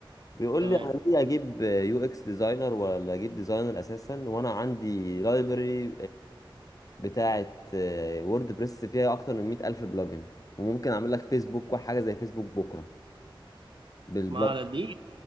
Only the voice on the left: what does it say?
بيقول
لي انا ليه اجيب يو اكس ديزاينر ولا اجيب ديزاينر اساسا وانا عندي لايبرري بتاعه وورد بريس فيها اكتر من 100 الف بلجن وممكن اعمل لك فيسبوك وحاجه زي فيسبوك بكره بالبلاد